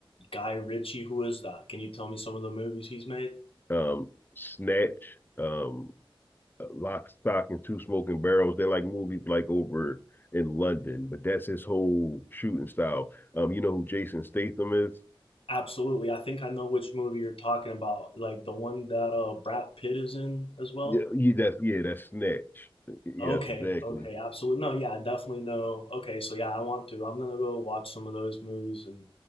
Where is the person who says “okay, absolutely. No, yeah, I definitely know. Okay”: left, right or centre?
Left